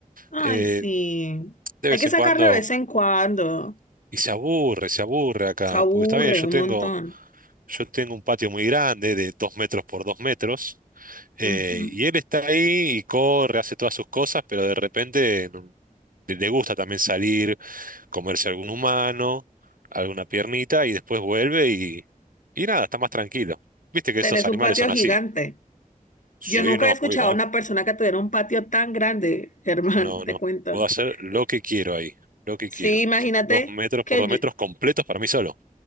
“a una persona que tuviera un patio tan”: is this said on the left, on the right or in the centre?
Left